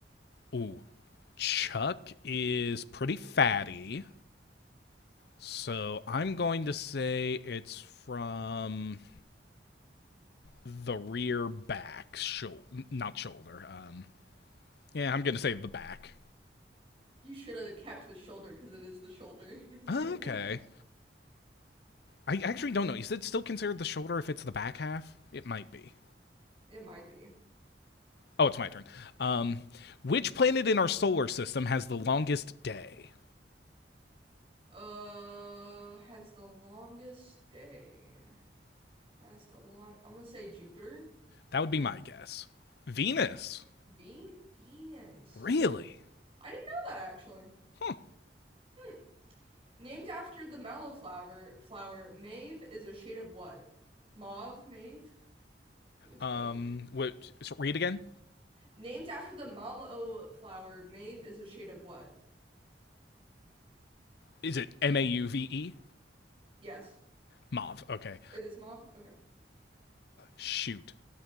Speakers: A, on the left; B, on the right.
A: Ooh. Chuck is pretty fatty. So I'm going to say it's from the rear back shoulder, not shoulder. Um, yeah, I'm gonna say the back.
B: You should have kept with shoulder because it is the shoulder. <laughs>
A: Okay, I actually don't know. Is it still considered the shoulder if it's the back half? It might be.
B: It might be.
A: Oh, it's my turn. Um, which planet in our solar system has the longest day?
B: Uh, has the longest day. Has the long. I'm gonna say Jupiter.
A: That would be my guess. Venus.
B: Ven Venus.
A: Really?
B: I didn't know that actually.
A: Huh.
B: Hmm. Named after the mallowflower, flower, mauve is a shade of what? Mauve, mauve? I think it's
A: Um,
B: mauve.
A: what? so read again.
B: Named after the mallow flower, mauve is a shade of what?
A: Is it M A U V E?
B: Yes,
A: Mauve. Okay.
B: it is mauve. Okay.
A: Shoot.